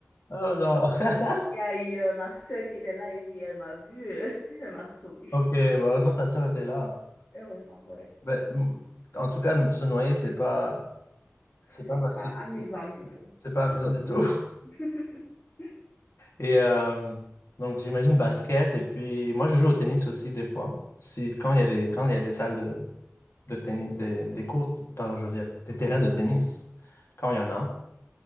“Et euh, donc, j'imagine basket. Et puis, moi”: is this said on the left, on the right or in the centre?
Left